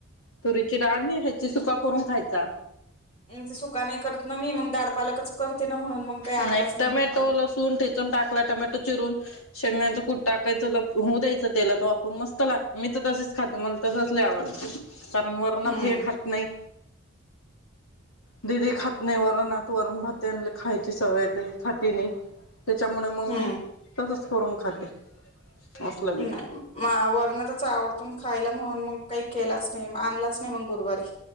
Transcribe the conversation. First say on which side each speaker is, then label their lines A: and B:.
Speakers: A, on the left (about 85°); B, on the left (about 30°).
A: तुरीची डाळ नाही खायची सुका करून खायचा.
B: ह्यांचं सुका नाही करत ना मी म दाड पालकच करते. ना म्हणून मग काही आणलाच
A: नाही. टमॅटो,
B: मग पालक
A: लसूण ठिचून टाकला टमॅटो चिरून. शेंगदाण्याचं कूट टाकायचं ल होऊ द्यायचं तेलात वाफवून मस्त लाग मी तर तसीच खाते मला तसंच लई आव कारण वरणात
B: हम्म
A: हे खात नाही. दिदी खात नाही, वरणात वरण भात खाय सवयेत खाती नाही. त्याच्यामुळे मग
B: हम्म
A: मी तसच करून खाते. असलं बी तर
B: नाही. मा वरणातच आवडतन खायला. म्हणून मग काही केलाच नाही, आणलाच नाही मग गुरुवारी.